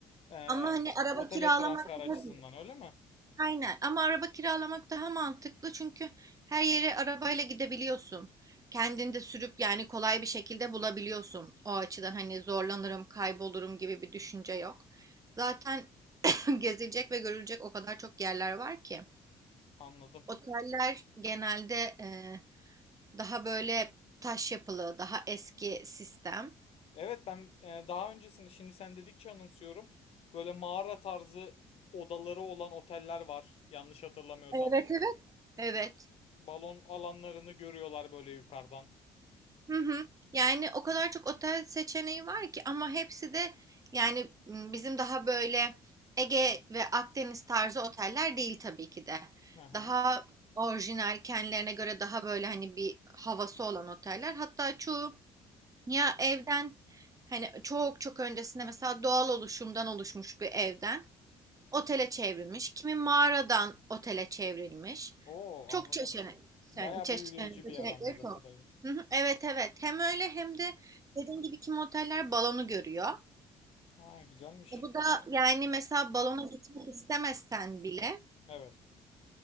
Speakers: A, on the left; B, on the right.
A: Ee,
B: Ama hani araba
A: otele
B: kiralamak
A: transfer
B: daha
A: açısından öyle mi?
B: Aynen ama araba kiralamak daha mantıklı çünkü her yere arabayla gidebiliyorsun. Kendin de sürüp yani kolay bir şekilde bulabiliyorsun. O açıdan hani zorlanırım, kaybolurum gibi bir düşünce yok. Zaten <laughs> gezilecek ve görülecek o kadar çok yerler var ki.
A: Anladım.
B: Oteller genelde e, daha böyle taş yapılı, daha eski sistem.
A: Evet ben e, daha öncesinde şimdi sen dedikçe anımsıyorum. Böyle mağara tarzı odaları olan oteller var. Yanlış hatırlamıyorsam.
B: Evet evet. Evet.
A: Balon alanlarını görüyorlar böyle yukarıdan.
B: Hı hı. Yani o kadar çok otel seçeneği var ki ama hepsi de yani m, bizim daha böyle Ege ve Akdeniz tarzı oteller değil tabii ki de.
A: Hı hı.
B: Daha orijinal kendilerine göre daha böyle hani bir havası olan oteller. Hatta çoğu Ya evden hani çok çok öncesinde mesela doğal oluşumdan oluşmuş bir evden otele çevrilmiş. Kimi mağaradan otele çevrilmiş.
A: Oo
B: Çok
A: anladım.
B: çeşitli.
A: Baya
B: Yani çeş-
A: büyüleyici
B: e, seçenekleri
A: bir yer anladığım
B: çok.
A: kadarıyla.
B: Hı hı, Evet evet. Hem öyle hem de dediğim gibi kimi oteller balonu görüyor.
A: Ha güzelmiş.
B: E bu da yani mesela balona gitmek istemezsen bile
A: Evet.